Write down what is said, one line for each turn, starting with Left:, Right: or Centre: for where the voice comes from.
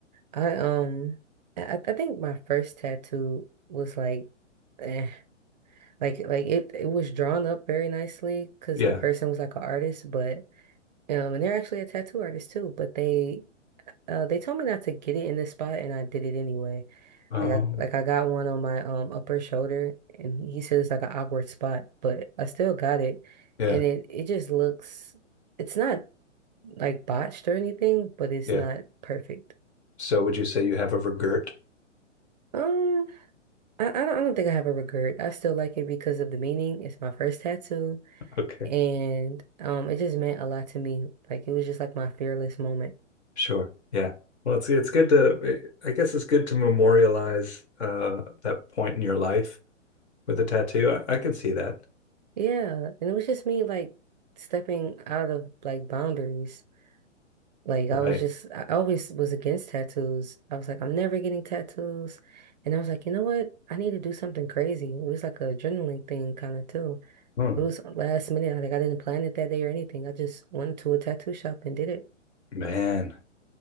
Right: I um I, I think my first tattoo was like eh, like like it it was drawn up very nicely because
Left: Yeah.
Right: the person was like an artist, but um and they're actually a tattoo artist too, but they uh they told me not to get it in this spot and I did it anyway.
Left: Oh,
Right: Like I like I got one on my um upper shoulder and he said it's like an awkward spot, but I still got it
Left: yeah.
Right: and it it just looks it's not like botched or anything, but it's
Left: Yeah.
Right: not perfect.
Left: So would you say you have a regret?
Right: Um I, I don't, I don't think I have a regret. I still like it because of the meaning. It's my first tattoo,
Left: Okay.
Right: and um, it just meant a lot to me. Like it was just like my fearless moment.
Left: Sure. Yeah. Well, it's it's good to I guess it's good to memorialize uh that point in your life with a tattoo. I, I can see that.
Right: Yeah, and it was just me like stepping out of like boundaries. Like
Left: Right.
Right: I was just, I always was against tattoos. I was like, I'm never getting tattoos, and I was like, you know what? I need to do something crazy. It was like a adrenaline thing kind of too.
Left: Hmm.
Right: It was last minute. Like I didn't plan it that day or anything. I just went to a tattoo shop and did it.
Left: Man.